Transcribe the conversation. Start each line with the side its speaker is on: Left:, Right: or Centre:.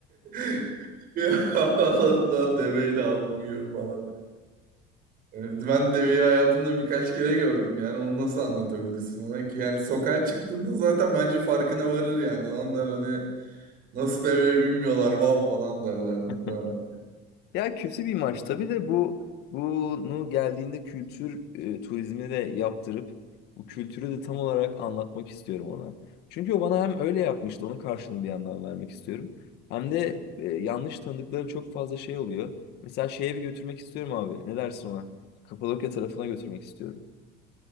Right: <laughs> Bir havaalanından deveyle alma gibi falan. Evet, Ben deveyi hayatımda birkaç kere gördüm yani onu nasıl anlatabilirsin ona ki? Yani sokağa çıktığında zaten bence farkına varır yani. Ondan hani Nasıl deveye binmiyorlar vav falan derler muhtemelen.
Left: <laughs> Ya kötü bir maç tabii de bu bunu geldiğinde kültür e, turizmi de yaptırıp bu kültürü de tam olarak anlatmak istiyorum ona. Çünkü o bana hem öyle yapmıştı onun karşılığını bir yandan vermek istiyorum. Hem de e, yanlış tanıdıkları çok fazla şey oluyor. Mesela şeye bir götürmek istiyorum abi. Ne dersin ona? Kapadokya tarafına götürmek istiyorum.